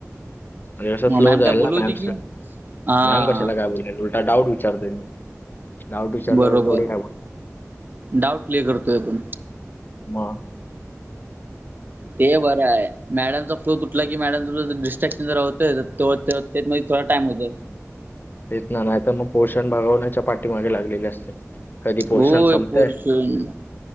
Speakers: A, on the left; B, on the right.
A: म्हणजे कं
B: मग
A: स्लो
B: मॅम
A: जाईल
B: काय बोलत
A: ना
B: होती
A: मॅम
B: की हा
A: मॅम कशाला काय बोलाल उलटा डाऊट विचारते मी. डाऊट विचारल्यावर
B: बरोबर
A: थोडी काय बोल
B: डाऊट क्लिअर करतोय पण.
A: म..
B: ते बरं आहे मॅडमचा फ्लो तुटला की मॅडमचा डिस्ट्रॅक्शन जर होतय. तो त्यातमध्ये थोडा टाइम होतो.
A: तेेत ना नाही तर मग पोर्शन भागवण्याच्या पाठीमागे लागलेले असते. कधी पोर्शन
B: होय
A: संपतंय
B: पोर्षण